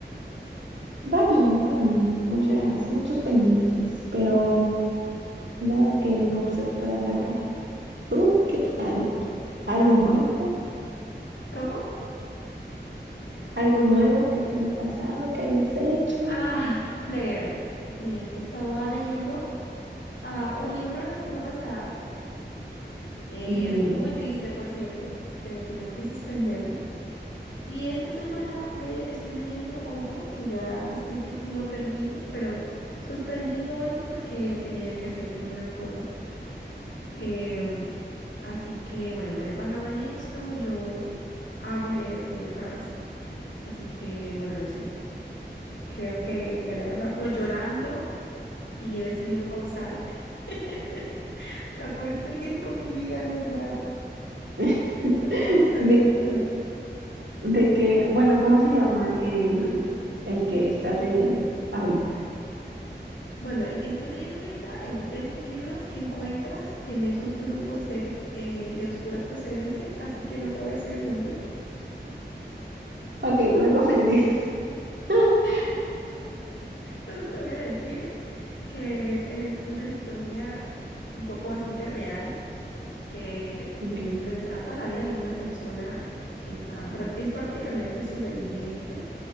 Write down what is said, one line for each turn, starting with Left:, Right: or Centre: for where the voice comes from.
Right: Va bien, va bien. Muchas, muchos pendientes, pero
Left: Mm.
Right: nada que no se pueda sacar. ¿Tú qué tal? ¿Algo
Left: Ay,
Right: nuevo?
Left: no. ¿Cómo?
Right: ¿Algo nuevo que te haya pasado, que hayas hecho?
Left: Ah, leer, leer. Estaba leyendo ah, un libro la semana pasada, eh,
Right: Ok.
Left: muy triste, por cierto, que tuve que suspenderlo. Y esta semana me estoy leyendo otro que ya estoy que lo termino, pero suspendí hoy porque tenía que hacer algunas cosas. Em, así que bueno, me la he pasado en esto. Yo amo leer, como ya sabes. Así que bueno, no sé. Creo que me la he pasado como llorando y he decidido pausar <laughs> para poder seguir con mi vida normal
Right: <laughs>
Left: en la pausa de
Right: De,
Left: lectura.
Right: de que, bueno, ¿cómo se llama el, el que estás leyendo ahorita?
Left: Bueno, el que estoy leyendo ahorita es de esos libros que encuentras en esos grupos de, eh, de oscura procedencia, así que no te voy a decir el nombre.
Right: Ok, luego me dices. <laughs>
Left: Solo te voy a decir que es una historia un poco bastante real que
Right: Ok.
Left: retrata la vida de una persona que está, prá- es prácticamente sobreviviente